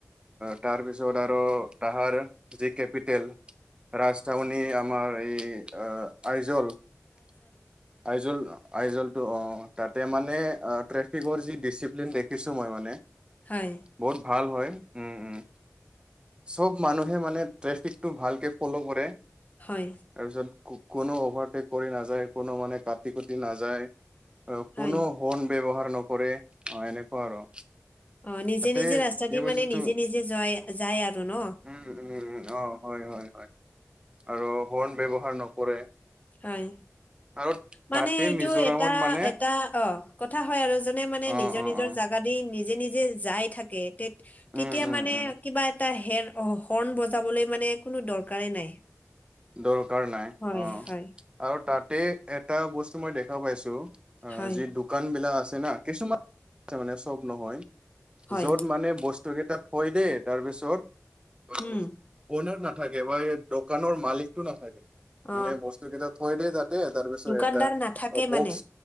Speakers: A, on the right (about 20°); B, on the left (about 30°).
A: তাৰপিছত আৰু তাহাৰ যি কেপিটেল। ৰাজধউনী আমাৰ এই আ, আইজল- আইজল। আইজলটো অ, তাতে মানে ট্ৰেফিকৰ যি ডিচিপ্লিন দেখিছোঁ মই মানে
B: হয়।
A: বহুত ভাল হয়, উম- উম। চব মানুহে মানে ট্ৰেফিকটো ভালকে ফ'ল' কৰে।
B: হয়।
A: তাৰপিছত কোনো অভাৰটেক কৰি নাযায়, মানে কুটি নাযায়। অ,
B: হয়
A: কোনো হৰ্ণ ব্যৱহাৰ নকৰে অ, এনেকুৱা আৰু।
B: অ, নিজে
A: তাতে
B: নিজে ৰাস্তা দি
A: এই বস্তুটো
B: মানে নিজে নিজে যাই যায় আৰু ন।
A: উম, অ, হয়- হয়- হয়, আৰু হৰ্ণ ব্যৱহাৰ নকৰে।
B: হয়।
A: আৰু
B: মানে
A: তাতে
B: এইটো
A: মিজোৰামত
B: এটা-
A: মানে
B: এটা অ, কথা হয় আৰু, যোনে মানে
A: অ
B: নিজৰ-
A: অ
B: নিজৰ
A: অ
B: জাগা দি নিজে নিজে যাই থাকে। তে- তেতিয়া
A: উম উম
B: মানে
A: উম
B: কিবা এটা হেৰ অ, হৰ্ণ বজাবলৈ মানে কোনো দৰকাৰেই নাই।
A: দৰকাৰ নাই
B: হয়
A: অ,
B: হয়
A: আৰু তাতে এটা বস্তু মই দেখা পাইছোঁ। অ,
B: হয়
A: যি দোকান বিলাক আছে না, কিছুমান আছে মানে চব নহয়।
B: হয়
A: য'ত মানে বস্তু কেইটা থৈ দে তাৰপিছত
B: উম।
A: অনাৰ নাথাকে বা এই দোকানৰ মালিকটো নাথাকে।
B: অ
A: মানে বস্তু কেইটা থৈ দিয়া তাতে, তাৰ পিছত
B: দোকানদাৰ
A: এটা
B: নাথাকে
A: বক্স
B: মানে